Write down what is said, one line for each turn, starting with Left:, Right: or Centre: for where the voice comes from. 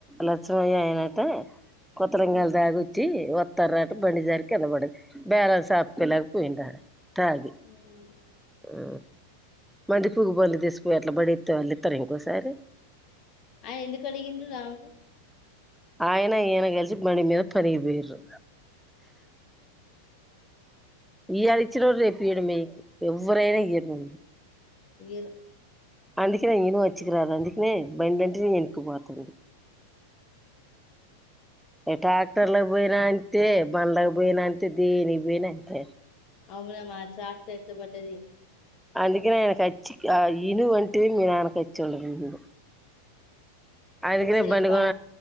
Centre: లక్షమయ్య అయినట్టే కొత్తరంగల్
Left: ఉమ్
Centre: దాగోచ్చి తరువాత బండి జారి కింద పడ్డాడు బ్యాలెన్స్ అప్పుకోలేక పోయిండు ఆడా తాగి
Left: ఉమ్
Centre: ఆ మంది పువ్గు బళ్ళు తీసుపోయి అట్లా పడేస్తే వాళ్ళు ఇస్తారు ఇంకోసారి
Left: ఆ ఎందుకడిగింది రావు
Centre: ఆయన ఈయన కలిసి బండి మీద పనికి పోయిండ్రు ఇయాళ ఇచ్చినోడు రేపీయడు మీకి ఎవ్వరైనా ఇయ్యరు
Left: ఇయ్యరు
Centre: అందుకనే నేను వచ్చికి రాదు అందుకనే బండి అంటే ఎనుకిపోతుంది ట్రాక్టర్లకి పోయినా అంతే బండ్కి పోయినా అంతే దేనికి పోయినా అంతే
Left: అవునా మా <unintelligible> బట్టది
Centre: అందుక నా అచ్చి ఇను వంటద మీ నానకుచ్చి ఉండరుంది అందుకనే
Left: ఒకసారేం
Centre: బండి
Left: పా
Centre: కొన